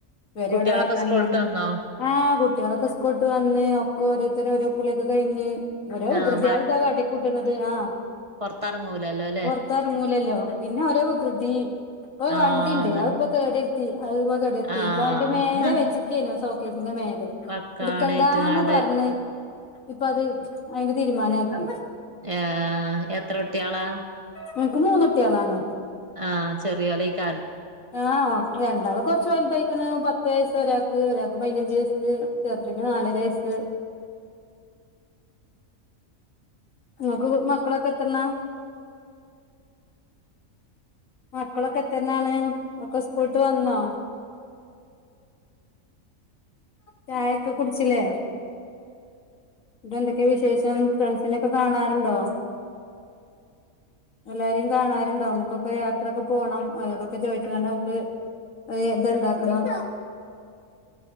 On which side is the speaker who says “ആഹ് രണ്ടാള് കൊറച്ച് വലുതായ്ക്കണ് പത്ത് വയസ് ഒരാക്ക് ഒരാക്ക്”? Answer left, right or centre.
Left